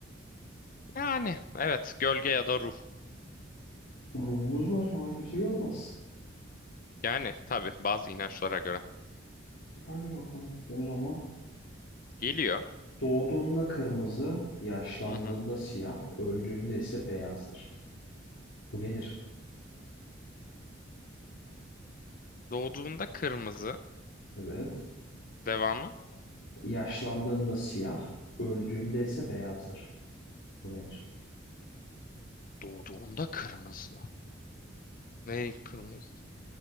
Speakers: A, on the left; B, on the left.
A: Yani evet gölge ya da ruh.
B: Ruhumuz var ama kimse görmez.
A: Yani tabii bazı inançlara göre.
B: Hadi bakalım. O zaman
A: Geliyor.
B: doğduğunda kırmızı, yaşlandığında
A: Hı hı.
B: siyah, öldüğünde ise beyazdır. Bu nedir?
A: Doğduğunda kırmızı.
B: Evet.
A: Devamı.
B: Yaşlandığında siyah, öldüğünde ise beyazdır. Bu nedir?
A: Doğduğunda kırmızı. Ne kırmızı?